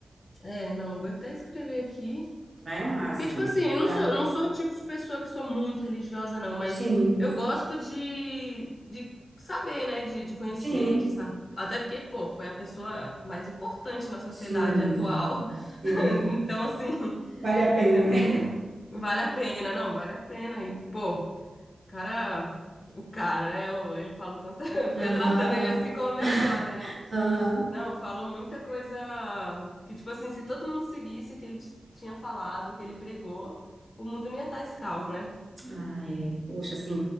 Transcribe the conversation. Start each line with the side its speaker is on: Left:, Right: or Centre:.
Left: É, não, vou até escrever aqui.
Right: Vai amar, assim.
Left: Porque, tipo assim, eu não
Right: Ah,
Left: sou, não sou o tipo de pessoa que sou muito religiosa, não, mas
Right: sim,
Left: eu gosto de, de saber, né? De, de conhecer,
Right: sim,
Left: de saber. Até porque, pô, foi a pessoa mais importante na sociedade
Right: sim,
Left: atual.
Right: sim.
Left: <laughs> Então, assim.
Right: Vale a
Left: É
Right: pena,
Left: sempre
Right: né?
Left: bom. Vale a pena, não, vale a pena. E, pô, cara, o cara, né? o- Ele falou tanta. <laughs>
Right: Aham,
Left: Eu tratando
Right: aham,
Left: ele assim como meu brother, né?
Right: aham.
Left: Não, falou muita coisa que, tipo assim, se todo mundo seguisse o que ele t- tinha falado, o que ele pregou, o mundo não ia estar esse caos, né?
Right: Ah, é, poxa, assim,